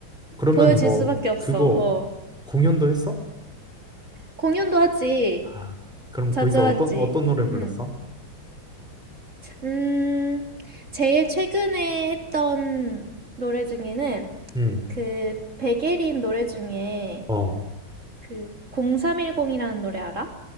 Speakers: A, in the centre; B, on the right.
A: 그러면
B: 보여질
A: 뭐,
B: 수밖에 없어.
A: 그거
B: 어,
A: 공연도 했어?
B: 공연도 하지.
A: 아, 그럼
B: 자주
A: 거기서
B: 하지.
A: 어떤, 어떤 노래 불렀어?
B: 음, 음, 제일 최근에 했던 노래 중에는
A: 응.
B: 그 백예린 노래 중에
A: 어,
B: 그 0310이라는 노래 알아?